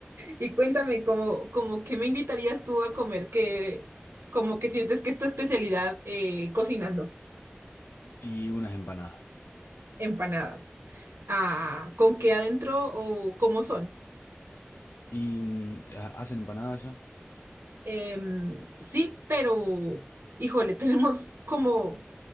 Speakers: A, on the right (about 80°); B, on the left (about 75°).
A: Y cuéntame, como, como que me invitarías tú a comer que, como que sientes que es tu especialidad eh, cocinando
B: Y unas empanadas.
A: empanadas. Ah, ¿con qué adentro o cómo son?
B: ¿Y mm, ha- hacen empanadas ya?
A: Em, sí, pero, híjole, <laughs> tenemos como